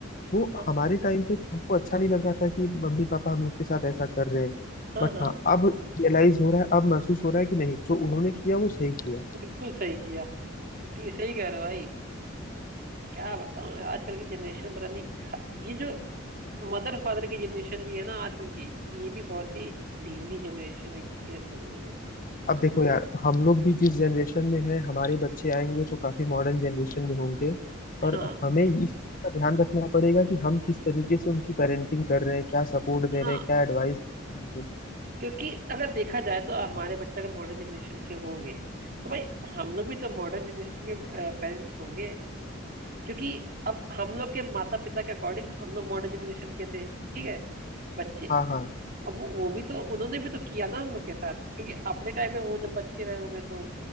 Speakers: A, on the left (about 40°); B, on the right (about 45°).
A: वो
B: हाँ
A: हमारे टाइम पे तो हमको अच्छा नहीं लग रहा था कि मम्मी पापा हम लोग के साथ ऐसा कर रहे हैं
B: हाँ
A: बट
B: हाँ।
A: हाँ अब रियलाइज हो रहा है अब महसूस हो रहा है कि नहीं जो उन्होंने किया वो सही किया
B: बिल्कुल सही किया बिल्कुल सही कह रहे हो भाई क्या बताऊं यार आजकल की जनरेशन पता नहीं खा- ये जो मदर फादर की जनरेशन भी है ना आजकल की ये भी बहुत ही ढीली जनरेशन है एक तरीके से समझ लो
A: अब देखो यार हम लोग भी जिस जनरेशन में हैं हमारे बच्चे आएंगे तो काफी मॉडर्न जनरेशन में होंगे और
B: हाँ
A: हमें इस चीज़ का ध्यान रखना पड़ेगा कि हम किस तरीके से उनकी पेरेंटिंग कर रहे हैं क्या सपोर्ट दे
B: हाँ
A: रहे हैं क्या एडवाइस दे रहे हैं उनको
B: क्योंकि अगर देखा जाए तो हमारे बच्चे अगर मॉडर्न जनरेशन के होंगे तो भाई हम लोग भी तो मॉडर्न जनरेशन के पेरेंट्स होंगे क्योंकि अब हम लोग के माता पिता के अकॉर्डिंग हम लोग मॉडर्न जनरेशन के थे ठीक है बच्चे
A: हाँ हाँ
B: अब वो, वो भी तो उन्होंने भी तो किया ना हम लोग के साथ क्योंकि अपने टाइम में वो जब बच्चे रहे होंगे तो